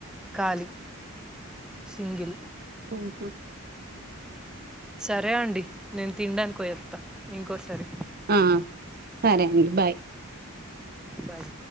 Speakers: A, in the centre; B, on the right (about 45°).
A: ఖాళీ సింగిల్
B: ఆహా
A: సరే అండి నేను తినడానికి పోయి ఆస్తా ఇంకోసారి
B: ఆ సరే అండి బాయ్
A: బాయ్